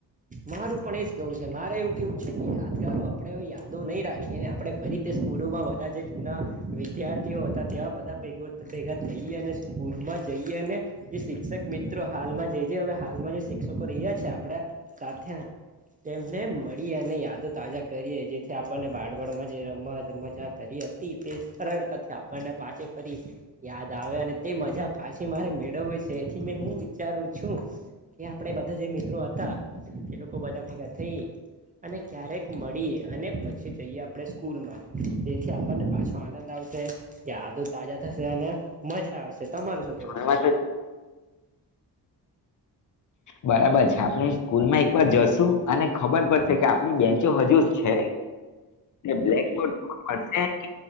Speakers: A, on the right; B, on the left.
A: મારું પણ એજ કેવું છે મારે એવું કેવું છે કે યાદગારો આપણે યાદો નહી રાખીએ અને આપણે ફરી તે સ્કૂલોમાં બધા જે જૂના, વિદ્યાર્થીઓ હતા ત્યાં બધા ભેગ ભેગા થઈએ અને સ્કૂલમાં જઈએ અને, જે શિક્ષક મિત્રો હાલમાં જ છે હવે હાલમાં જે શિક્ષકો રહ્યા છે આપણ સાથે, તેમને મળી અને યાદો તાજા કરીએ જેથી આપને બળવાડમાં જે રમત મજા કરી હતી તે સરળતાથી આપણને પાછ ફરી યાદ આવે અને તે મજા પાછી મારે મેળવવી છે એથી મે હું વિચારું છું, કે આપણે બધા જે મિત્રો હતા એ લોકો બધા ભેગા થઈ, અને ક્યારેક મળીએ અને પછી જઈએ આપણે સ્કૂલ માં, તેથી આપણને પાછો આનંદ આવશે, યાદો તાજા થશે અને મજા આવશે. તમારું શું કેવું
B: એમાં
A: છે?
B: તો બરાબર છે આપણે સ્કૂલમાં એક વાર જશું અને ખબર પડશે કે આપણી બેન્ચો હજુ છે, બ્લેકબોર્ડ પ